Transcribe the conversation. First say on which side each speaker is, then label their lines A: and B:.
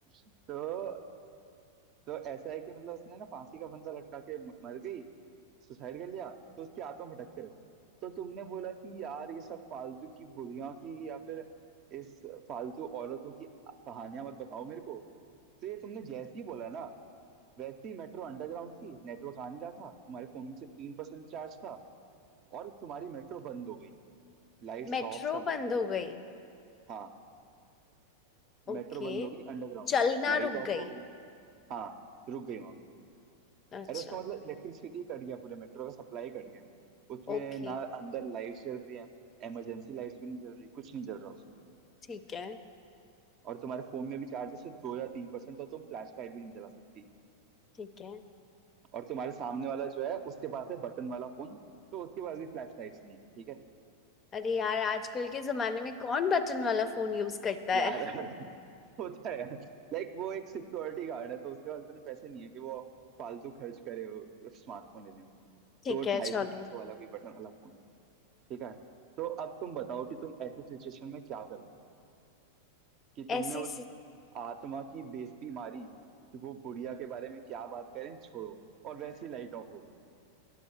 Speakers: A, on the right; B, on the left.
A: तो तो ऐसा है कि मतलब उसने ना फांसी का फंदा लटका के म- मर गई सुसाइड कर लिया तो उसकी आत्मा भटकते रहती है तो तुमने बोला कि यार ये सब फालतू की बुढ़िया की या फिर इस फालतू औरतों की कहानियां मत बताओ मेरे को तो ये तुमने जैसे ही बोला ना वैसे ही मेट्रो अंडरग्राउंड थी नेटवर्क आ नहीं रहा था तुम्हारे फोन में से तीन परसेंट चार्ज था और तुम्हारी मेट्रो बंद हो गई लाइट्स
B: मेट्रो
A: ऑफ सब
B: बंद
A: ऑफ
B: हो गई
A: हाँ
B: ओके
A: मेट्रो बंद हो गई अंडरग्राउंड
B: चलना
A: में लाइट
B: रुक
A: ऑफ
B: गई
A: हो गई हाँ रुक गई वहां
B: अच्छा
A: अरे उसका मतलब इलेक्ट्रिसिटी कट गया पूरे मेट्रो का सप्लाई कट गया उसमें
B: ओके
A: ना अंदर लाइट जल रही है इमरजेंसी लाइट्स भी नहीं जल रही कुछ नहीं जल रहा उसमें
B: ठीक है
A: और तुम्हारे फोन में भी चार्जर सिर्फ दो या तीन परसेंट तो तुम फ्लैश लाइट भी नहीं जला सकती
B: ठीक है
A: और तुम्हारे सामने वाला जो है उसके पास है बटन वाला फोन तो उसके पास भी फ्लैश लाइट्स नहीं है ठीक है
B: अरे यार आजकल के जमाने में कौन बटन वाला फोन यूज करता
A: यार
B: है
A: <laughs> होता है लाइक वो एक सिक्योरिटी गार्ड है तो उसके पास इतने पैसे नहीं है कि वो फालतू खर्च करे स्मार्टफोन लेने में
B: ठीक
A: तो वो
B: है
A: ढाई
B: चलो
A: सौ तीन सौ वाला कोई बटन वाला फोन ठीक है तो अब तुम बताओ कि तुम ऐसे सिचुएशन में क्या करोगे कि
B: ऐसी
A: तुमने उस
B: सी...
A: आत्मा की बेइज्जती मारी कि वो बुढ़िया के बारे में क्या बात करें छोड़ो और वैसे ही लाइट ऑफ होगी